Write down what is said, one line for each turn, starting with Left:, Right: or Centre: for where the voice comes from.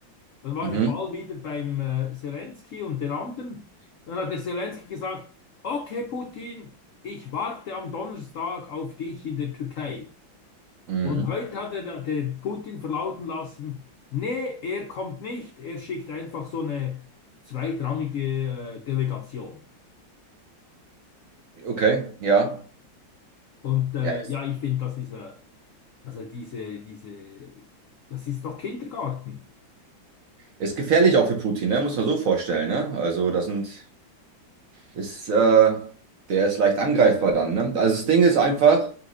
Left: Dann war
Right: Mhm.
Left: der Ball wieder beim äh, Zelensky und den anderen. Dann hat der Zelensky gesagt, okay, Putin, ich warte am Donnerstag auf dich in der Türkei.
Right: Mhm.
Left: Und heute hat der, der Putin verlauten lassen, nee, er kommt nicht, er schickt einfach so eine zweitrangige äh, Delegation.
Right: Okay, ja.
Left: Und äh,
Right: Ja, ist,
Left: ja, ich finde, das ist, äh, also diese, diese, das ist doch Kindergarten.
Right: ist gefährlich auch für Putin, ne? Muss man so vorstellen, ne? Also das sind, ist, äh, der ist leicht angreifbar dann, ne? Also das Ding ist einfach,